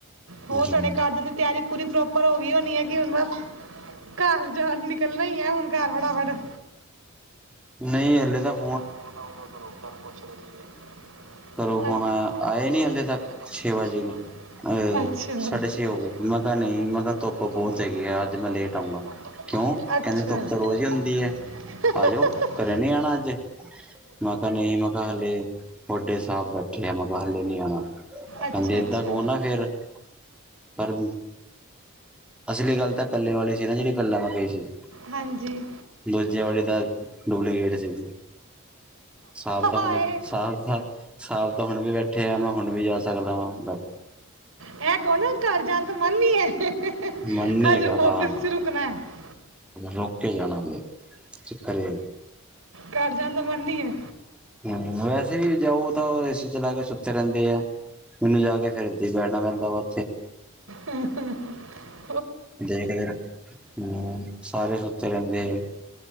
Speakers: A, on the right; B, in the centre.
A: ਹੋਰ
B: ਜੀ
A: ਤੁਹਾਡੇ ਘਰ ਦੀ ਤਿਆਰੀ ਪੂਰੀ- ਪਰ, ਹੋਈ ਹੋਣੀ ਹੈ, ਕਿ ਹੁਣ ਬਸ ਘਰ ਜਾਣ ਨਿਕਲਣਾ ਹੀ ਹੈ, ਆ ਹੁਣ ਘਰ ਫਟਾਫੱਟ।
B: ਨਹੀਂ, ਹੱਲੇ ਤੱਕ-
A: ਅੱਛਾ-
B: ਘਰੋਂ ਫੋਨ ਆਇਆ ਆਏ ਨੀ ਹਲੇ ਤੱਕ ਛੇ ਵੱਜ ਗਏ ਅ ਸਾਢੇ
A: ਅੱਛਾ।
B: ਛੇ ਹੋ ਗਏ ਮੈਂ ਕਿਹਾ ਨਹੀਂ ਮੈਂ ਕਿਹਾ ਧੁੱਪ ਬਹੁਤ ਹੈਗੀ ਆ ਅੱਜ ਮੈਂ ਲੇਟ ਆਊਂਗਾ ਕਿਉਂ ਕਹਿੰਦੇ ਧੁੱਪ ਤਾਂ ਰੋਜ਼ ਹੀ ਹੁੰਦੀ ਹੈ ਆ ਜਾਓ ਘਰੇ ਨੀ ਆਉਣਾ ਅੱਜ। ਮੈਂ ਕਿਹਾ ਨਹੀਂ, ਮੈਂ ਕਿਹਾ ਹਾਲੇ, ਵੱਡੇ ਸਾਹਿਬ ਬੈਠੇ ਆ ।ਮੈਂ ਕਿਹਾ ਹਾਲੇ ਨਹੀਂ ਆਉਣਾ, ਕਹਿੰਦੀ
A: ਅੱਛਾ
B: ਏਦਾਂ
A: ਅੱਛਾ
B: ਕਹੋ ਨਾ ਫੇਰ, ਪਰ ਅਸਲੀ ਗੱਲ ਤਾਂ ਪਹਿਲੇ ਵਾਲੀ ਸੀ ਨਾ ਜਿਹੜੀ ਪਹਿਲਾ ਮੈਂ ਕਹੀ ਸੀ,
A: ਹਾਂਜੀ
B: ਦੂਜੇ ਵਾਲੀ ਤਾਂ- ਡੂਲੇ <unintelligible> ਗਟ ਸੀ ਸਾਬ ਤਾਂ
A: ਹਾਏ
B: ਹੁਣ ਵੀ, ਸਾ ਤਾਂ, ਸਾਬ ਤਾਂ ਹੁਣ ਵੀ ਬੈਠੇ ਆ। ਮੈਂ ਹੁਣ ਵੀ, ਜਾ ਸਕਦਾ ਵਾਂ ਬ
A: ਇਹ ਕੋ ਨਾ ਘਰ ਜਾਣ ਤਾਂ ਮਨ ਨੀ, ਹੈ।
B: ਮੰਨੀੇ
A: ਅੱਜ
B: ਹੇਗਾ,
A: ਆਫਿਸ
B: ਹਾਂ।
A: 'ਚ ਰੁਕਣਾ ਹੈ
B: ਰੁਕ ਕੇ ਜਾਣਾ ਹਲੇ। ਚ ਕਰਰ ਏ ਹੇ।
A: ਘਰ ਜਾਣ ਦਾ ਮਨ ਨੀ ਏ।
B: ਹੂੰ ਵੈਸੇ ਜਾਊ ਤਾਂ, ਉਹ ਏ ਸੀ ਚਲਾ ਕੇ ਸੁੱਤੇ ਰਹਿੰਦੇ ਹੈ। ਮੈਨੂੰ ਜਾ ਕੇ ਫੇਰ, ਇੱਦਾਂ ਹੀ, ਬੈਣਾ ਪੈਂਦਾ ਬ
A: ਹੂੰ, ਹੂੰ-ਹੂੰ।
B: ਦੇਖਦੇ ਰਹੋ। ਹੂੰ, ਸਾਰੇ ਸੁੱਤੇ ਰਹਿੰਦੇ ਆ